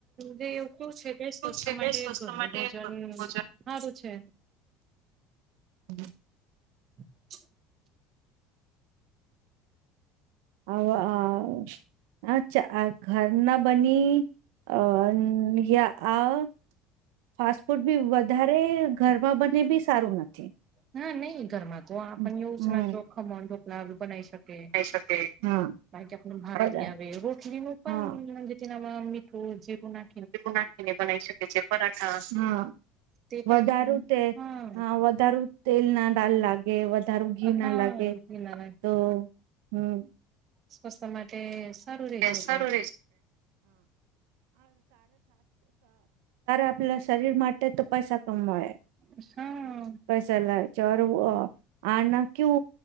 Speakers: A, on the right; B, on the right.
A: જે એવું કેવું છે કે સ્વસ્થ
B: છે
A: માટે
B: કે સ્વસ્થ
A: ઘરનું
B: માટે
A: ભોજન
B: ભોજન
A: સારું છે.
B: હમ <inaudible>
A: <inaudible> <inaudible>
B: હ હ <unintelligible> અચ્છા ઘરના બની અ <unintelligible> આ ફાસ્ટ ફૂડ બી વધારે ઘરમાં બને બી સારું નથી
A: નાનહી ઘરમાં તો આપ
B: હમ
A: એવું જ ના જોખમકલા બનાવી શકે કેબાકી
B: હા
A: આપને ભાકરી
B: બધા
A: આવે રોટલી નું પણ
B: હા.
A: <unintelligible> મિત્રું જીરું ના
B: એવું નાખીને બનાવી શકે છે પરાઠા <unintelligible>
A: તે પણ
B: વધારું તે
A: હા
B: વધારુ તેલ ના ડાલ લાગે <unintelligible> કે વધાર ઘી
A: હા
B: ના લાગે
A: ના
B: તો હમ <unintelligible>
A: સ્વસ્તા માટે <unintelligible>
B: <unintelligible> સારા
A: તે.
B: આપલા શરીર માટે તો પૈસા કમાવાે <unintelligible>
A: <unintelligible>
B: પૈસાલા ચરવું <unintelligible> આના ક્યુ